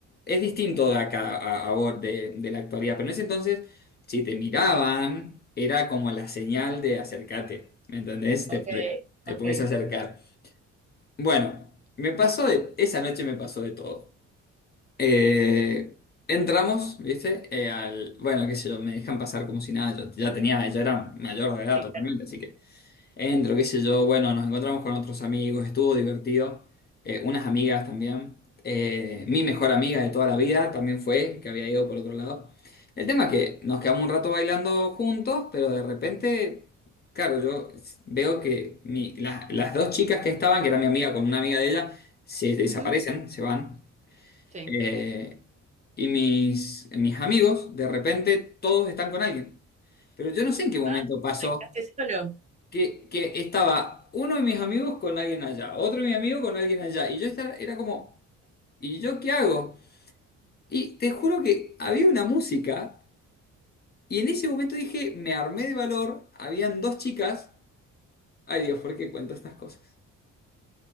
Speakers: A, on the left (about 30°); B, on the right (about 25°).
A: es distinto de acá a, a vos, de, de la actualidad, pero en ese entonces si te miraban era como la señal de acércate, ¿me entendés? Te,
B: ok,
A: te
B: ok.
A: puedes acercar. Bueno, me pasó de, esa noche me pasó de todo. Eh, entramos, ¿viste? Eh, al, bueno, qué sé yo, me dejan pasar como si nada, yo ya tenía, ya era mayor de edad
B: Sí,
A: totalmente,
B: claro.
A: así que Entro, qué sé yo, bueno, nos encontramos con otros amigos, estuvo divertido, eh, unas amigas también, Eh, mi mejor amiga de toda la vida también fue, que había ido por otro lado. El tema es que nos quedamos un rato bailando juntos, pero de repente, claro, yo veo que mi- la- las dos chicas que estaban, que era mi amiga con una amiga de ella, se desaparecen,
B: Ujú,
A: se van,
B: sí.
A: Eh, y mis, mis amigos, de repente, todos están con alguien. Pero yo no sé en qué momento
B: Ah,
A: pasó
B: ¿practicaste solo?
A: que, que estaba uno de mis amigos con alguien allá, otro de mis amigos con alguien allá, y yo estaba- era como, ¿y yo qué hago? Y te juro que había una música, y en ese momento dije, me armé de valor, habían dos chicas, ay Dios, ¿por qué cuento estas cosas?